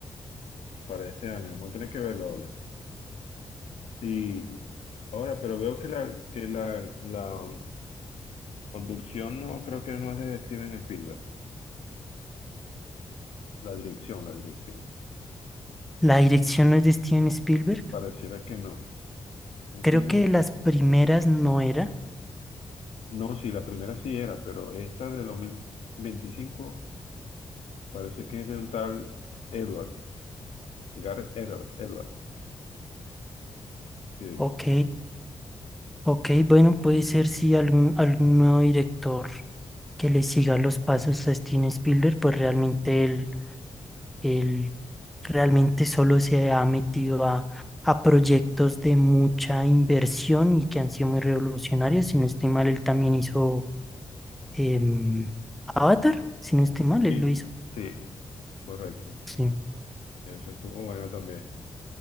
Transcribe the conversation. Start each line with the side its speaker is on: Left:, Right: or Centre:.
Left: para este año. Vamos a tener que verlo, ¿vale? Sí, ahora, pero veo que la, que la, la conducción no creo que no es de Steven Spielberg. La dirección, la dirección.
Centre: La dirección no es de Steven Spielberg.
Left: Pareciera que no. No
Centre: Creo
Left: tiene,
Centre: que las primeras no era.
Left: no, sí, la primera sí era, pero esta de 2025 parece que es de un tal Edward, Gareth Edward, Edward. Sí,
Centre: Ok, ok, bueno, puede ser si algún, algún nuevo director que le siga los pasos a Steven Spielberg, pues realmente él Él realmente solo se ha metido a, a proyectos de mucha inversión y que han sido muy revolucionarios. Si no estoy mal, él también hizo em, Avatar. Si no estoy mal, él
Left: sí,
Centre: lo hizo.
Left: sí, correcto.
Centre: Sí,
Left: Eso estuvo bueno también.